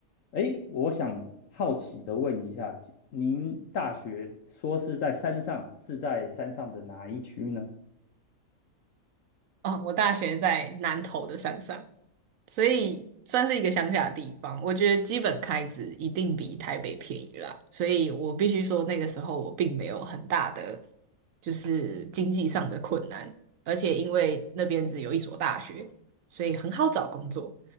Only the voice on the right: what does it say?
啊？我大学在南投的山上，所以算是一个乡下的地方。我觉得基本开支一定比台北便宜啦，所以我必须说那个时候我并没有很大的就是经济上的困难，而且因为那边只有一所大学，所以很好找工作，